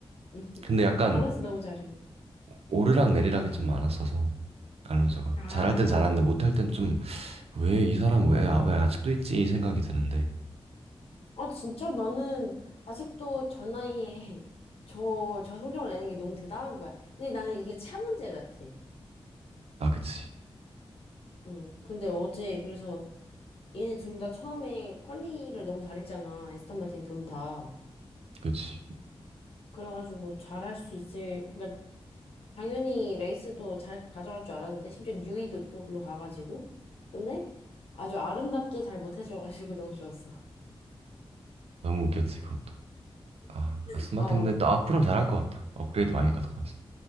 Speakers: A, on the left (about 75°); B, on the right (about 80°).
A: <laughs>
B: 근데 약간
A: 알론소 너무 잘해.
B: 오르락 내리락이 좀 많았어서, 알론소가.
A: 아.
B: 잘할 땐 잘하는데 못할 땐 좀, 왜 이 사람 왜, 아- 왜 아직도 있지? 이 생각이 드는데.
A: 아 진짜? 나는 아직도 저 나이에 <laughs> 저, 저 성적을 내는 게 너무 대단한 거야. 근데 나는 이게 차 문제 같아.
B: 아, 그치.
A: 응. 근데 어제 그래서 얘네 둘 다 처음에 퀄리를 너무 잘했잖아. 에스턴 마틴 둘 다.
B: 그치.
A: 그래가지고 잘할 수 있을, 그러니까 당연히 레이스도 잘 가져갈 줄 알았는데 심지어 뉴이도 또 글로 가가지고. 근데 아주 아름답게 잘 못해줘가지고 너무 좋았어.
B: 너무 웃겼지, 그것도. 아,
A: <laughs>
B: 아, 스마트
A: 어.
B: 근데 또 앞으로는 잘할 것 같아. 업그레이드 많이 가져가서.